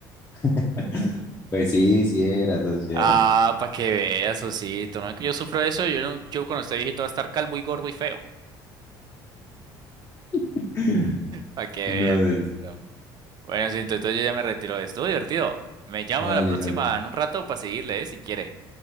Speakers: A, on the left (about 25°); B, on the right (about 45°).
A: <laughs> Pues sí, sí era, socio, sí era.
B: Ah, para que vea, socito. No es que yo sufro de eso. Yo, no- yo cuando esté viejito va a estar calvo y gordo y feo.
A: <laughs>
B: Para que vea,
A: No,
B: socito. Bueno, sí, entonces yo ya me retiro. Estuvo divertido. Me llamo
A: hágale
B: a la próxima
A: eso,
B: en un rato para seguirle, ¿eh? Si quiere.